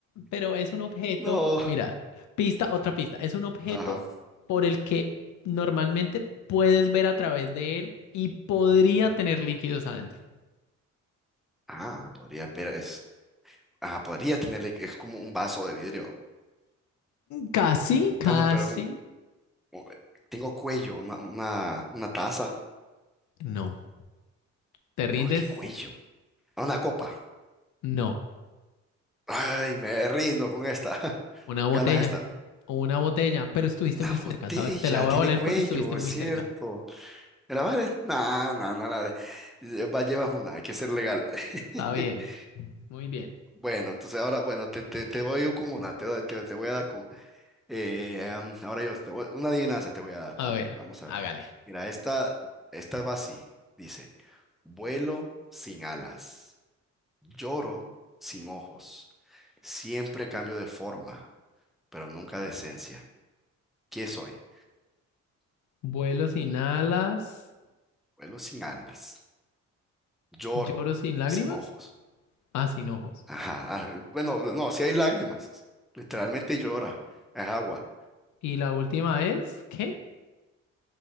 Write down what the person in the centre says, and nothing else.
no.
Ajá.
Ah, podría ver, es, ah, podría tenerle, es como un vaso de vidrio.
Ah, no, pero es un- un- tengo cuello, una, una, una taza.
No, qué cuello. Ah, Una copa.
Ay, me rindo con esta. <laughs>
Ganas esta.
Una
botella,
tiene
cuello,
es cierto.
Grabar, la vale? No, no, no la de- Va, llevas una, hay que ser legal. <laughs>
Bueno, entonces ahora, bueno, te, te, te voy yo con una, te, doy- te, te voy a dar con... eh, am, ahora yo, te voy- una adivinanza te voy a dar
también,
vamos a
ver. Mira, esta, esta va así, dice, vuelo sin alas, lloro sin ojos, siempre cambio de forma, pero nunca de esencia. ¿Qué soy?
Vuelo sin alas. Lloro
sin ojos.
Ajá. ah, Bueno, no, si hay lágrimas. Literalmente llora. Es agua.